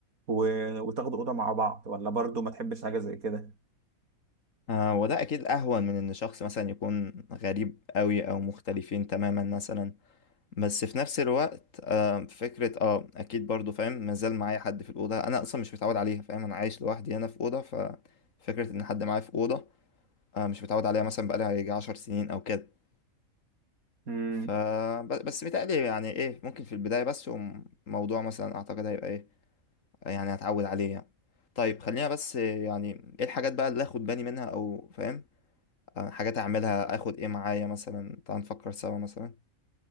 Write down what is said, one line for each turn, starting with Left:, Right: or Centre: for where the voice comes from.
Right: و... وتاخدوا اوضه مع بعض ولا برضو ما تحبش حاجه زي كده
Left: آه وده اكيد اهون من ان شخص مثلا يكون غريب قوي او مختلفين تماما مثلا بس في نفس الوقت آه فكرة اه اكيد برضو فاهم مازال معايا حد في الاوضة انا اصلا مش متعود عليها فاهم انا عايش لوحدي هنا في اوضة ففكرة ان حد معايا في اوضة آه مش متعود عليها مثلا بقالي هيجي عشر سنين او كده
Right: مم.
Left: ف ب- بس متهيألي يعني ايه ممكن في البداية بس وموضوع مثلا اعتقد هيبقى ايه يعني هتعود عليه يعني. طيب خلينا بس آه، يعني ايه الحاجات بقى اللي اخد بالي منها او فاهم آه، حاجات اعملها اخد ايه معايا مثلا تعال نفكر سوا مثلا